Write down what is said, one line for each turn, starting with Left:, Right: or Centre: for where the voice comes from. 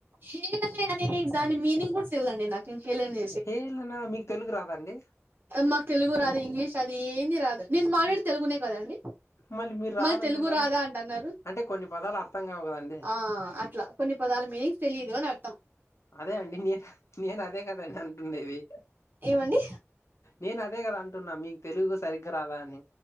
Right: హేలన అనే దాని మ మీనింగ్ కూడ తెలీదండి నాకు నేన్ చేయలేని
Left: హేల్నా మీకు తెలుగు రాదా అండి
Right: మాకు తెలుగు రాదు ఇంగ్లీష్ అది ఏంది రాదు నేను మాట్లాడి తెలుగునే కదండి
Left: మళ్ళీ మీరు రాదంటున్నారు
Right: మరి తెలుగు రాదా అంటన్నారు
Left: అంటే కొన్ని పదాలు అర్థం కావు కదండి
Right: ఆ అట్లా కొన్ని పదాల మీనింగ్స్ తెలిదు అని అర్థం
Left: అదే అండి నే నేను అదే కదండి అంటుండేది
Right: ఏమండి
Left: నేను అదే కదా అంటున్నా మీకు తెలుగు సరిగ్గా రాదా అని